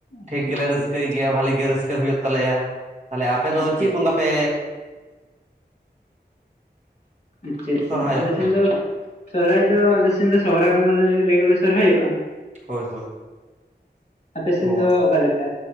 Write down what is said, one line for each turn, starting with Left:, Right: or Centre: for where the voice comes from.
Left: ᱟᱪᱪᱷᱟ
Right: ᱴᱷᱤᱠ ᱜᱮᱞᱮ
Left: ᱟᱪᱪᱷᱟ
Right: ᱨᱟᱹᱥᱠᱟᱹᱭ ᱜᱮᱭᱟ ᱵᱷᱟᱞᱤ ᱜᱮ ᱨᱟᱹᱥᱠᱟᱹ ᱦᱩᱭᱩᱜ ᱛᱟᱞᱮᱭᱟ, ᱛᱟᱦᱞᱮ ᱟᱯᱮ ᱫᱚ
Left: ᱟᱪᱪᱷᱟ
Right: ᱪᱮᱜ ᱵᱚᱸᱜᱟ ᱯᱮ
Left: ᱟᱪᱪᱷᱟ ᱟᱪᱪᱷᱟ
Right: ᱥᱚᱨᱦᱟᱭᱚᱜ
Left: ᱟᱞᱮ ᱥᱮᱱ
Right: ᱛᱮ
Left: ᱫᱚ ᱥᱚᱦᱨᱟᱭ ᱫᱚ ᱟᱞᱮᱥᱮᱱ ᱫᱚ ᱥᱚᱦᱚᱨᱟᱭ ᱵᱚᱸᱜᱟ ᱞᱮ ᱨᱮᱜᱮᱞ ᱥᱚᱨᱚᱦᱟᱭᱚᱜᱼᱟ᱾
Right: ᱦᱳᱭ ᱦᱳᱭ᱾
Left: ᱟᱯᱮ ᱥᱮᱱ
Right: ᱚ
Left: ᱫᱚ ᱚᱠᱟᱞᱮᱠᱟ?